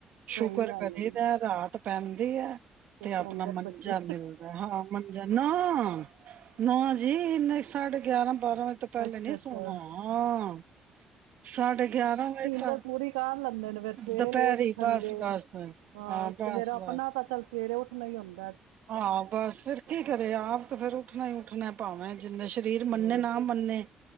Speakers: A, on the right (about 80°); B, on the right (about 60°).
A: ਸਹੀ
B: ਸ਼ੁਕਰ
A: ਗੱਲ
B: ਕਰੀਦਾ
A: ਏ
B: ਰਾਤ ਪੈਂਦੀ ਹੈ। ਤੇ
A: ਸੁੰਦਰ
B: ਆਪਣਾ ਮੰਜਾ
A: ਬੱਚੇ
B: ਮਿਲਦਾ ਹਾਂ ਮੰਜਾ ਨਾਂ ਨਾਂ ਜੀ ਇੰਨੇ ਸਾਡੇ ਗਿਆਰਾਂ ਬਾਰਾਂ ਵਜੇ ਤੋਂ ਪਹਿਲੇ
A: ਅੱਛਾ
B: ਨੀ ਸੋਣਾ
A: ਅੱਛਾ
B: ਸਾਡੇ ਗਿਆਰਾਂ ਵਜੇ ਤੱਕ
A: ਦਰ ਪੂਰੀ ਕਰ ਲੈਂਦੇ ਨੇ ਫਿਰ ਸਵੇਰੇ
B: ਦੁਪਹਿਰੀ
A: ਲੇਟ ਉੱਠਣਗੇ
B: ਬਸ ਬਸ
A: ਹਾਂ, ਤੇ,
B: ਬਸ
A: ਫੇਰ ਆਪਣਾ
B: ਬਸ
A: ਤਾਂ ਚੱਲ ਸਵੇਰੇ ਉੱਠਣਾ ਹੀ ਆਉਂਦਾ।
B: ਹਾਂ ਬਸ ਫੇਰ, ਕੀ ਕਰੇ ਆਪ ਤੇ ਫੇਰ ਉੱਠਣਾ ਹੀ ਉੱਠਣਾ। ਪਾਵਾਂ ਜਿੰਨਾ ਸਰੀਰ ਮੰਨੇ
A: ਹਮ
B: ਨਾ ਮੰਨੇ